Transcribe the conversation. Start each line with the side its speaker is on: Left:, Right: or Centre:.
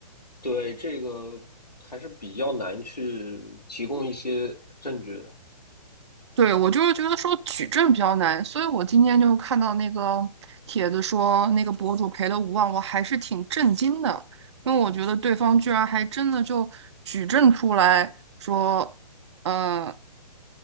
Left: 对，这个还是比较难去提供一些证据的，
Right: 对，我就是觉得说举证比较难，所以我今天就看到那个帖子说那个博主赔了五万，我还是挺震惊的，因为我觉得对方居然还真的就举证出来说，呃，